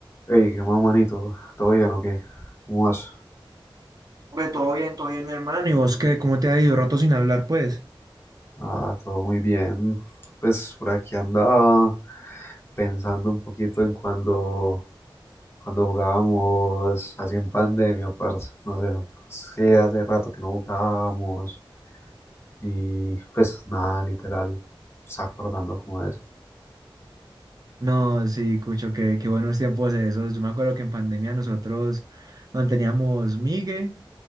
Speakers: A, on the left; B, on the right.
A: Hey, qué más manito, ¿todo bien o qué? ¿Cómo vas?
B: Pues todo bien, todo bien, mi hermano. ¿Y vos qué? ¿Cómo te ha ido? Rato sin hablar, pues.
A: Ah, todo muy bien. Pues por aquí andaba pensando un poquito en cuando, cuando jugábamos así en pandemia, parce. No sé, sí, hace rato que no jugábamos. Y pues nada, literal, se acordando como de eso.
B: No, sí, Cucho, qué, qué buenos tiempos esos. Yo me acuerdo que en pandemia nosotros manteníamos Migue,